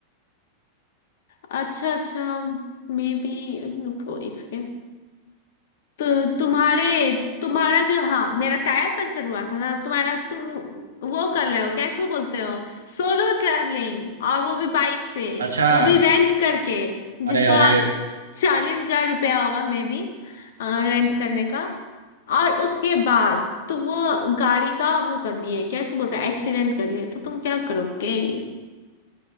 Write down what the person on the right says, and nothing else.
<laughs> अच्छा
अरे अरे